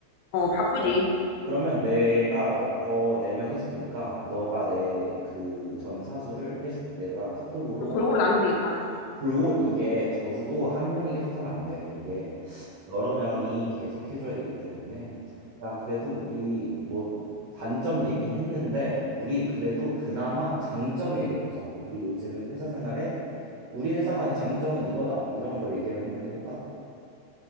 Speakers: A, on the left (about 80°); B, on the right (about 80°).
A: 어, 바쁘지.
B: 그럼- 그러면 내가 너 거 네 명 해줄 테니까 너가 내 그 전 사수를 해줘. 내가 카톡으로
A: 골고루 나누면 되겠다.
B: 골루 이게 저주도 한 명이 계속 하면 안 돼. 이게 여러 명이 계속 해줘야 되기 때문에 야, 그래도 우리 뭐 단점 얘긴 했는데 우리 그래도 그나마 장점을 얘기해 보자. 우리 요즘 회사 생활에 우리 회사만의 장점은 이거다. 이런 걸 얘기 한번 해볼까?